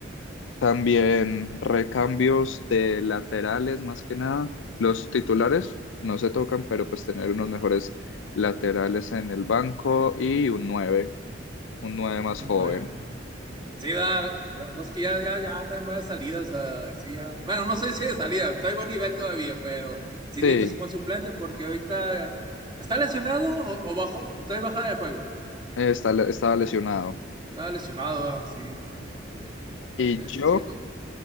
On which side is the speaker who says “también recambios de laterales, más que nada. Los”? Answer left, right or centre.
Left